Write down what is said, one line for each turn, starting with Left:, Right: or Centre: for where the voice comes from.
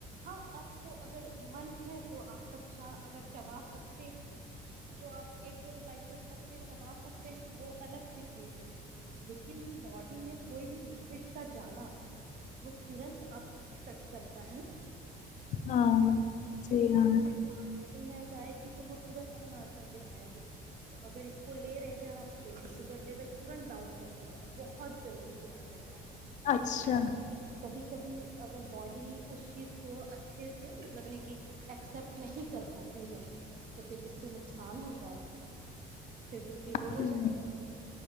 Right: ہاں آپ کو اگر من ہے تو آپ کچا اگر چبا سکتے ہیں تو آپ ایک دو سلائسیز کچے چبا سکتے ہیں وہ الگ سی چیز ہے لیکن باڈی میں کوئی بھی لکوڈ کا جانا وہ ترت آب افیکٹ کرتا ہے نا
Left: ہاں جی
Right: کوئی
Left: ہاں
Right: لکوڈ باڈی میں جائے تو وہ ترنت اپنا اثر دکھائے گی تو اگر اس کو لے رہے اں آپ تو شوگر لیول ترنت ڈاؤن کر د انٹنگیبل بہت جلدی گرا دیتا
Left: اچھا
Right: تو کبھی کبھی کبھی اگر باڈی اس چیز کو اچھے سے مطلب ہے کہ ایکسپٹ نہیں کر پاتی ہے تو پھر اس سے نقصان ہوتا ہے پھر بی پی لو
Left: ہوں
Right: ہو جائے گا